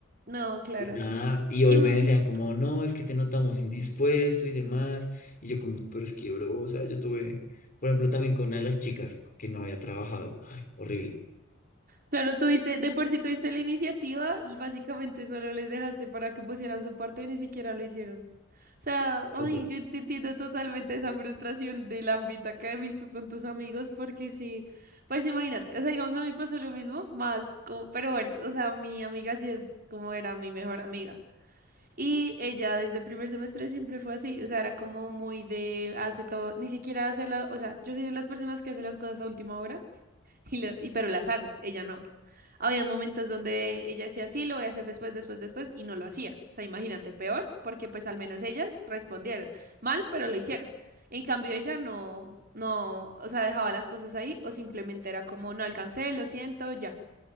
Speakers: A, on the right; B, on the left.
A: No, claro.
B: Y nada, y hoy
A: Y, mm,
B: me decían como, no, es que te notamos indispuesto y demás. Y yo como, pero es que, bro, o sea, yo tuve, por ejemplo, también con una de las chicas que no había trabajado. Ay, horrible.
A: claro, tuviste, de por sí tuviste la iniciativa, básicamente solo les dejaste para que pusieran su parte y ni siquiera lo hicieron. O sea, ay,
B: Total.
A: yo te entiendo totalmente esa frustración del ámbito académico con tus amigos, porque sí, pues imagínate, o sea, digamos, a mí pasó lo mismo, más como, pero bueno, o sea, mi amiga sí es como era mi mejor amiga. Y ella desde el primer semestre siempre fue así, o sea, era como muy de hace todo, ni siquiera hace la, o sea, yo soy de las personas que hace las cosas a última hora y, lo- y pero las hago, ella no. Había momentos donde ella decía, sí, lo voy a hacer después, después, después, y no lo hacía. O sea, imagínate, peor, porque pues al menos ellas respondieron mal, pero lo hicieron. En cambio, ella no, no, o sea, dejaba las cosas ahí o simplemente era como, no alcancé, lo siento, ya.